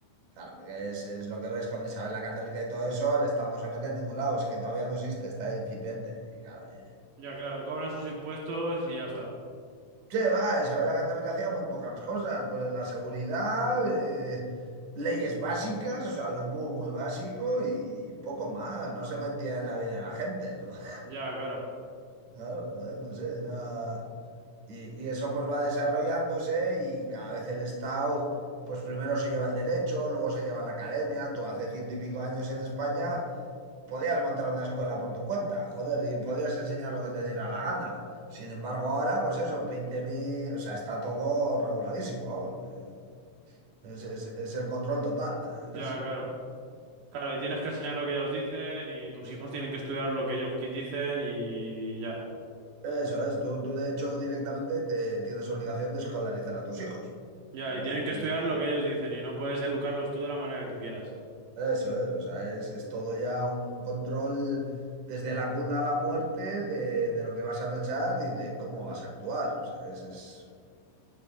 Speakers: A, on the right; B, on the right.
A: Claro, que es, es lo que ves con Isabel la Católica y todo eso, el Estado no se mete en ningún lado, es que todavía no existe, está incipiente. Y claro, y-
B: Ya, claro, cobran sus impuestos y ya está.
A: sí, va, Isabel la Católica hacía muy pocas cosas, pues la seguridad, eh, leyes básicas, o sea, lo muy, muy básico y poco más, no se metía en la vida de la gente. <laughs> Joder,
B: Ya, claro.
A: claro, joder, no sé, era... Y, y eso pues va desarrollándose y cada vez el Estado, pues primero se lleva el derecho, luego se lleva la academia, tú hace ciento y pico años en España. podías montar una escuela por tu cuenta, joder, y podías enseñar lo que te diera la gana. Sin embargo, ahora, pues eso, veinte mil o sea, está todo reguladísimo, vamos. eh, es, es- es el control total. <laughs>
B: Ya, claro. Claro, y tienes que enseñar lo que ellos dicen y tus hijos tienen que estudiar lo que ellos qui- dicen y ya.
A: Eh, Eso es, tú, tú de hecho directamente te- tienes obligación de escolarizar a tus hijos.
B: Ya, y tienen
A: A tu-
B: que estudiar lo que ellos dicen y no puedes educarlos tú de la manera que tú quieras.
A: Eso es, o sea, es, es todo ya un control desde la cuna a la muerte de, de lo que vas a pensar y de cómo vas a actuar. O sea, es, es-